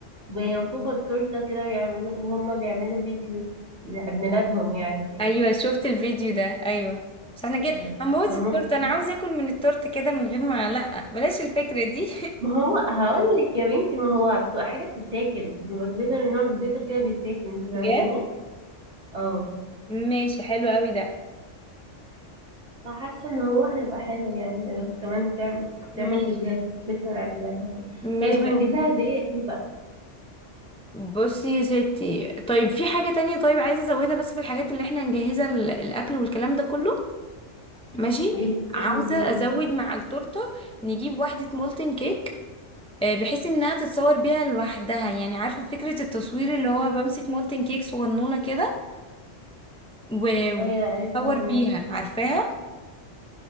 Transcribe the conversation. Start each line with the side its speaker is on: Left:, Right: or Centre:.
Right: وينفخوا التورتة كده ويعملوا وهما بيعملوا فيديو لعيد ميلادهم يعني كده
Centre: ايوه شفت الفيديو ده ايوه بس احنا كده
Right: مم.
Centre: هنبوظ
Right: فممكن
Centre: التورته انا عاوزه اكل من التورته كده من غير ما لا بلاش الفكرة دي
Right: ما هو هقول لك يا بنتي ما هو بتبقى حاجة بتتاكل بيبقى جليتر نوع جليتر كده بيتاكل انت فاهماني؟
Centre: <laughs> بجد
Right: اه
Centre: ماشي حلو قوي ده
Right: انا حاسه ان هو هيبقى حلو يعني كمان تعمل تعمل
Centre: ماشي
Right: فيديوهات ذكرى لعيد ميلادها وكده
Centre: ماشي
Right: طيب هنجيب لها هديه ايه بقى
Centre: بصي يا ستي طيب في حاجة تانية طيب عايزة ازودها بس في الحاجات اللي احنا نجهزها ال- الأكل والكلام ده كله ماشي
Right: ايه
Centre: عاوزة
Right: ايه هي مم.
Centre: ازود مع التورتة نجيب واحدة مولتن كيك آه، بحيث انها تتصور بيها لوحدها يعني عارفة فكرة التصوير اللي هو بمسك مولتن كيك صغنونة كده و-
Right: ايوه ايوه
Centre: واتصور
Right: فاهمه
Centre: بيها عارفاها